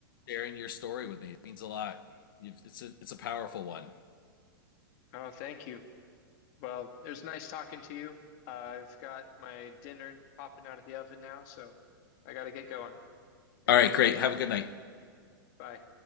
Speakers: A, on the left; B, on the left.
A: sharing your story with me. It means a lot. You've, it's a it's a powerful one.
B: Oh, thank you. Well, it was nice talking to you. Uh, I've got my dinner popping out of the oven now, so I gotta get going.
A: All right, great. Have a good night.
B: Bye.